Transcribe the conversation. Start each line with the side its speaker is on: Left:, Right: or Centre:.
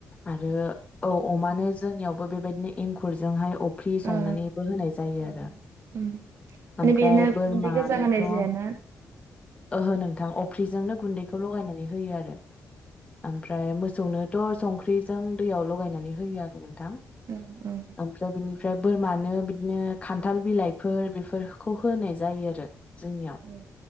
Left: आरो औ अमानो जोंनियावबो बेबायदिनो एंखुरजोंहाय ख्रि संनानैबो
Right: औ
Left: होनाय जायो
Right: औ
Left: आरो।
Right: औ
Left: आमफ्राय
Right: माने बेनो
Left: बोरमानोथ'
Right: गुन्दै गोजा होनाय जायाना
Left: ओहो नोंथां अफ्रिजोंनो गुन्दैखौ लगायनानै होयो आरो आमफ्राय मोसौनो थ' संख्रिजों दैयाव लगायनानै होयो आरो नोंथां।
Right: उम ओं।
Left: आमफ्राय बिनिफ्राय बोरमानो बिदिनो खान्थाल बिलाइफोर बेफोरखौ होनाय जायो आरो। जोंनियाव
Right: उम